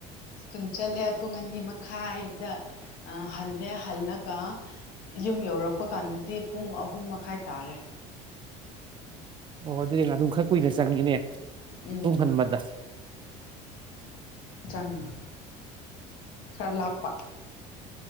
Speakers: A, on the left; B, on the right.
A: ꯁ꯭ꯀꯨꯜ ꯆꯠꯂꯦ ꯄꯨꯡ ꯑꯅꯤ ꯃꯈꯥꯏꯗ ꯍꯜꯂꯦ ꯍꯜꯂꯒ ꯌꯨꯝ ꯌꯧꯔꯛꯄ ꯀꯥꯟꯗꯗꯤ ꯄꯨꯡ ꯑꯍꯨꯝ ꯃꯈꯥꯏ ꯇꯥꯔꯦ
B: ꯑꯣ ꯑꯗꯨꯗꯤ ꯑꯗꯨꯝ ꯈ ꯀꯨꯏꯅ ꯆꯪꯈꯤꯅꯦ
A: ꯎꯝ
B: ꯂꯣꯡ ꯍꯟꯕꯗ
A: ꯆꯪꯅꯤ ꯈꯔ ꯂꯄꯥꯛ